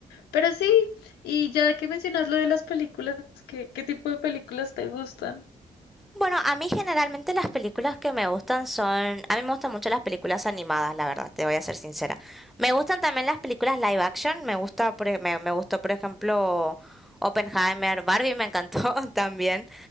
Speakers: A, on the left; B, in the centre.
A: Pero sí, y ya que mencionas lo de las películas, ¿qué, qué tipo de películas te gustan?
B: Bueno, a mí generalmente las películas que me gustan son, a mí me gustan mucho las películas animadas, la verdad, te voy a ser sincera. Me gustan también las películas live action, me gusta, por e- me, me gustó por ejemplo Oppenheimer, Barbie me encantó <laughs> también,